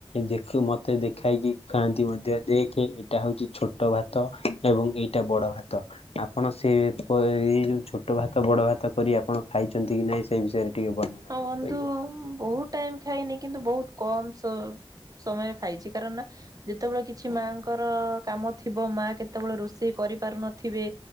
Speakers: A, on the left; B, on the right.
A: ଦେଖ ମତେ ଦେଖାଇକି ଖଆନ୍ତି ମଧ୍ୟ ଦେଖେ, ଏଇଟା ହଉଛି ଛୋଟ ଭାତ ଭାତ ଏବଂ ଏଇଟା ବଡ଼ ଭାତ ଆପଣ ସେ ବ ଏଇ ଯୋଉ ଛୋଟ ଭାତ ବଡ଼ ଭାତ କରି ଆପଣ ଖାଇଛନ୍ତି କି ନାହିଁ ସେଇ ବିଷୟରେ ଟିକେ ବର୍ଣ୍ଣନା
B: ହଁ
A: କରି
B: ବନ୍ଧୁ
A: କହିବେ।
B: ବହୁତ ଟାଇମ ଖାଇନି କିନ୍ତୁ ବହୁତ କମ ସ ସମୟ ଖାଇଛି। କାରଣ ନା ଯେତେବେଳେ କିଛି ମାଙ୍କର କାମ ଥିବ ମା କେତେବେଳେ ରୋଷେଇ କରିପାରୁନଥିବେ।